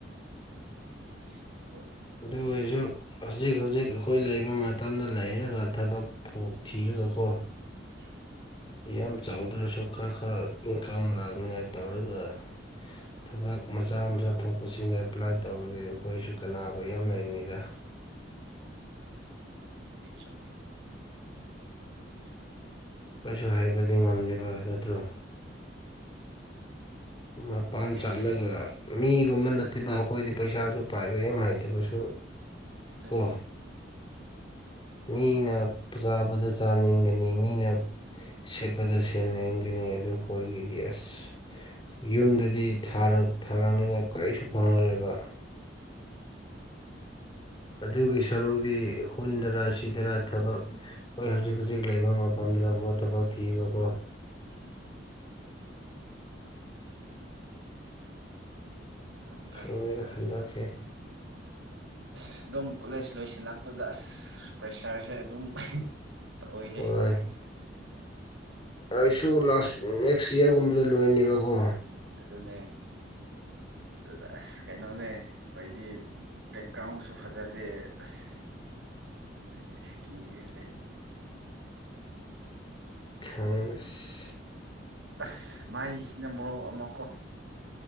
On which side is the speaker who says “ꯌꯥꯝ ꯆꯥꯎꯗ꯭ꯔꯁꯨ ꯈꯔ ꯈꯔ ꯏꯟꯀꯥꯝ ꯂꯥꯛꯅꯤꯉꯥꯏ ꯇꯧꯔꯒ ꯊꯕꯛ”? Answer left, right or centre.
Left